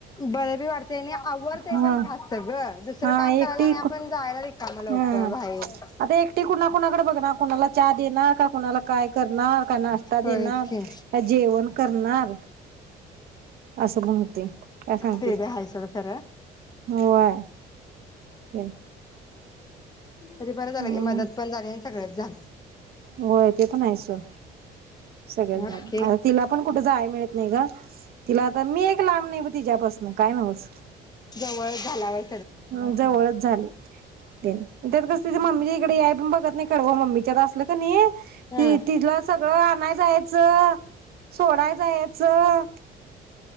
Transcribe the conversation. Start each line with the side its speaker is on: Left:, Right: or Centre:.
Left: बर बी वाटतय आणि आवरत
Right: हा
Left: पण फास्ट ग दुसरं
Right: हा
Left: काम
Right: एकटी
Left: करायला आणि आपण जायला रिकाम लवकर
Right: हा
Left: बाहेर
Right: आता एकटी कुणा कुणाकडे बघणार? कुणाला चहा देणार का? कुणाला काय करणार? काय नाष्टा
Left: होयच
Right: देणार?
Left: की
Right: जेवण करणार. असं पण होते काय सांगतेस?
Left: ते बी हाय सोड खरं
Right: होय हम
Left: तरी बरं झालं
Right: हम्म
Left: की मदत पण झाली आणि सगळंच झालं
Right: होय ते पण आहे सोड सगळंच
Left: ओके
Right: झालं तिला पण कुठे जाया मिळत नाही गं तिला आता मी एक लांब नई तिज्यापासन काय न्हवच
Left: जवळचं झाला होय
Right: हम्म जवळच झालय तेन त्यात कस तीजी मम्मी इकडं याय तुम्ही बघत नई कडव मम्मीच्यात असलं क नाही
Left: हं
Right: हि तिला सगळं आणाय जायचं सोडाय जायचं